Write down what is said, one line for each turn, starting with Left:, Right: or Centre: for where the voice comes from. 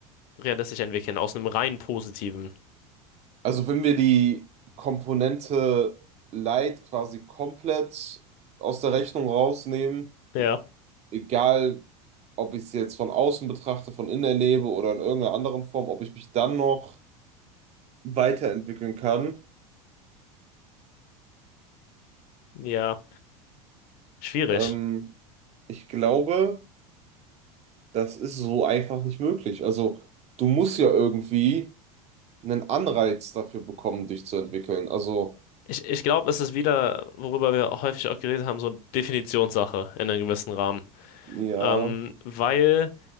Left: realistisch entwickeln aus einem rein positiven?
Right: Also wenn wir die Komponente Light quasi komplett aus der Rechnung rausnehmen,
Left: Ja,
Right: egal ob ich es jetzt von außen betrachte, von innen erlebe oder in irgendeiner anderen Form, ob ich mich dann noch weiterentwickeln kann,
Left: ja, schwierig.
Right: ähm, ich glaube, das ist so einfach nicht möglich. Also du musst ja irgendwie einen Anreiz dafür bekommen, dich zu entwickeln. Also
Left: Ich, ich glaube, es ist wieder, worüber wir auch häufig auch geredet haben, so Definitionssache in einem gewissen Rahmen.
Right: ja,
Left: Ähm, weil